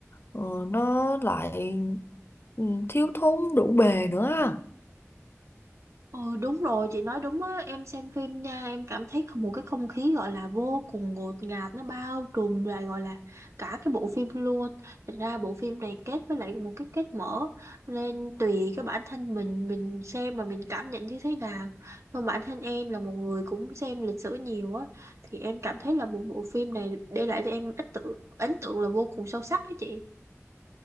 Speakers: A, on the left; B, on the right.
A: ờ, nó lại ừm, thiếu thốn đủ bề nữa á.
B: Ừ, đúng rồi chị nói đúng á em xem phim nha em cảm thấy không- một cái không khí gọi là vô cùng ngột ngạt nó bao trùm lại gọi là cả cái bộ phim luôn thành ra bộ phim này kết với lại một cái kết mở nên tùy cái bản thân mình mình xem mà mình cảm nhận như thế nào còn bản thân em là một người cũng xem lịch sử nhiều á thì em cảm thấy là một bộ phim này để lại cho em ấn tượng ấn tượng là vô cùng sâu sắc đó chị